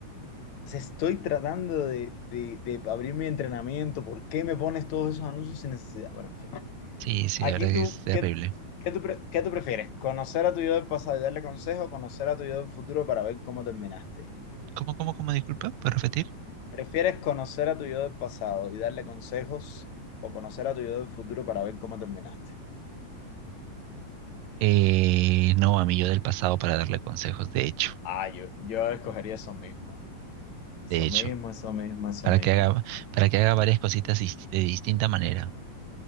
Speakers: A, on the left; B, on the right.
A: O sea, estoy tratando de, de, de abrir mi entrenamiento. ¿Por qué me pones todos esos anuncios sin necesidad? Bueno, en fin.
B: Sí, sí,
A: Aquí
B: la verdad que
A: tú,
B: es terrible.
A: ¿qué, qué tú, pre- qué tú prefieres? ¿Conocer a tu yo del pasado y darle consejo conocer a tu yo del futuro para ver cómo terminaste?
B: ¿Cómo, cómo, cómo? Disculpa, ¿puedes repetir?
A: ¿Prefieres conocer a tu yo del pasado y darle consejos o conocer a tu yo del futuro para ver cómo terminaste?
B: Eh, no, a mi yo del pasado para darle consejos, de hecho,
A: Ah, yo, yo escogería eso mismo. Eso
B: de hecho,
A: mismo, eso mismo, eso
B: para
A: mismo.
B: que haga, para que haga varias cositas dist- de distinta manera.